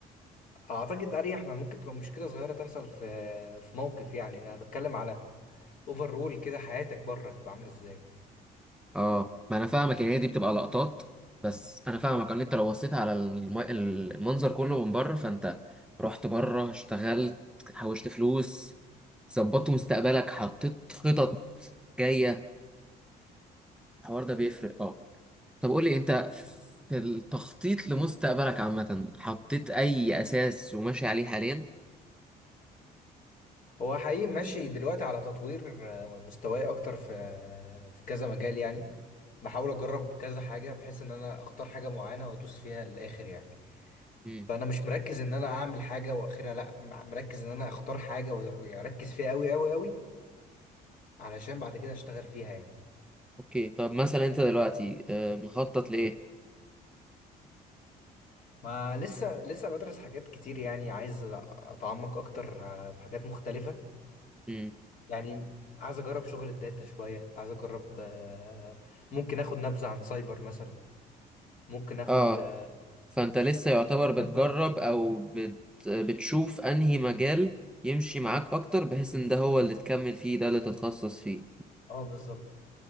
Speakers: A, on the left (about 50°); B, in the centre.
A: اعتقد اريح ما ممكن تبقى مشكله صغيره تحصل في في موقف يعني انا بتكلم على اوفر رول كده حياتك بره هتبقى عامله ازاي
B: اه ما أنا فاهمك يعني هي دي بتبقى لقطات بس أنا فاهمك إن أنت لو بصيت على الم- المنظر كله من بره فأنت رحت بره اشتغلت حوشت فلوس ظبطت مستقبلك حطيت خطط جاية فالحوار ده بيفرق اه طب قول لي انت في التخطيط لمستقبلك عامة حطيت اي اساس وماشي عليه حاليا
A: هو حقيقي ماشي دلوقتي على تطوير آه، مستواي اكتر في في كذا مجال يعني بحاول اجرب كذا حاجه بحيث ان انا اختار حاجه معينه وادوس فيها للاخر يعني
B: امم
A: فانا مش مركز ان انا اعمل حاجه واخرها لا مركز ان انا اختار حاجه واركز فيها قوي قوي قوي علشان بعد كده اشتغل فيها يعني
B: اوكي طب مثلا انت دلوقتي آه، مخطط لايه
A: ما لسه لسه بدرس حاجات كتير يعني عايز اتعمق اكتر آه، في حاجات مختلفة
B: امم
A: يعني عايز اجرب شغل الداتا شوية عايز اجرب آه، ممكن اخد نبذة عن سايبر مثلا ممكن اخد
B: اه
A: آه،
B: فانت لسه يعتبر بتجرب
A: نبذة
B: او بت... بتشوف انهي مجال يمشي معاك اكتر بحيث ان ده هو اللي تكمل فيه ده اللي تتخصص فيه
A: اه بالظبط